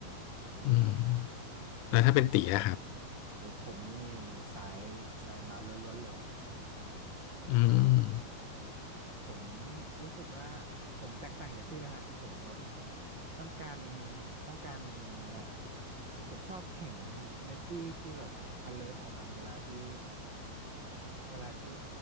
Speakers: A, on the right; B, on the left.
A: โอ้โห
B: อืม
A: โอ้พี่
B: แล้วถ้าเป็นตีนะครับ
A: โอ้ผมนี่สายสายหมาล้วนๆเลย
B: อืม
A: ผมรู้สึกว่าผมแตกต่างจากพี่เลยฮะผมแบบต้องการต้องการเอ่อผมชอบเห็น energy ที่แบบ alert ของมันเวลาที่เวลาที่